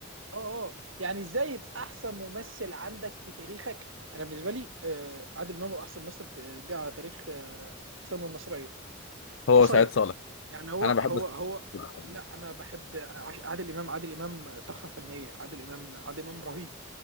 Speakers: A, on the right; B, on the left.
A: اه اه يعني ازاي يبقى احسن ممثل عندك في تاريخك انا بالنسبه لي آه عادل امام هو احسن ممثل في- جه على تاريخ آه السينما المصريه
B: هو
A: قصير
B: سعيد صالح
A: يعني هو
B: انا بحب
A: هو
B: السلسلة.
A: هو لا انا بحب عش- عادل امام عادل امام تحفه فنيه عادل امام عادل امام رهيب